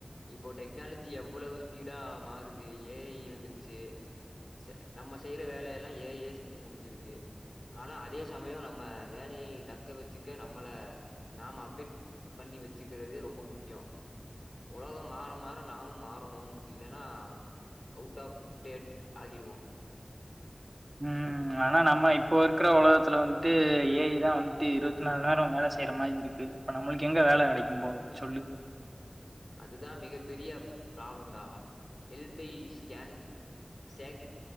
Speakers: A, on the left; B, on the right.
A: இப்போ டெக்னாலஜி எவ்வளவு ஸ்பீடா மாறுது ஏ ஐ வந்துருச்சி சே அ நம்ம செய்யுற வேலையெல்லா ஏ ஐ செஞ்சு முடிச்சுருது ஆனா அதே சமயோ நம்ம வேலையை தக்க வச்சுக்க நம்மள நாம அப்டேட் பண்ணி வச்சுக்கிறது ரொம்ப முக்கி யோ உலகம் மாற மாற நாமும் மாறணும் இல்லனா அவுட் ஆஃப் டேட் ஆகிடுவோ
B: ம் ஆனா நம்ம இப்போ இருக்கிற உலகத்துல வந்ட்டு ஏ ஐ தா வந்ட்டு இருபத் நால் நேரோ வேல செய்யுற மாரி இரு க்கு இப்ப நம்மளுக்கு எங்க வேல கெடைக்கும் ப்ரோ சொல்லு
A: அதுதா மிக பெரிய ப்ராப்ளம்டா ஹெல்தி ஸ்கேன் சேகு